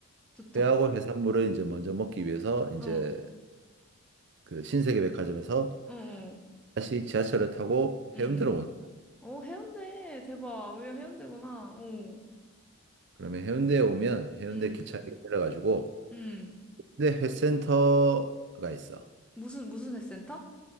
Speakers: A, in the centre; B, on the right (about 50°).
A: 좋다.
B: 회하고 해산물을 이제 먼저 먹기 위해서 이제
A: 어!
B: 그 신세계백화점에서
A: 어, 어,
B: 다시 지하철을 타고
A: 음. 음.
B: 해운대로 오는 거야.
A: 어, 해운대. 대박. 왜 해운대구나. 어,
B: 그러면 해운대에 오면 해운대
A: 음,
B: 기차역에 내려가지고
A: 음.
B: 근데 회센터가 있어.
A: 무슨, 무슨 헬스센터?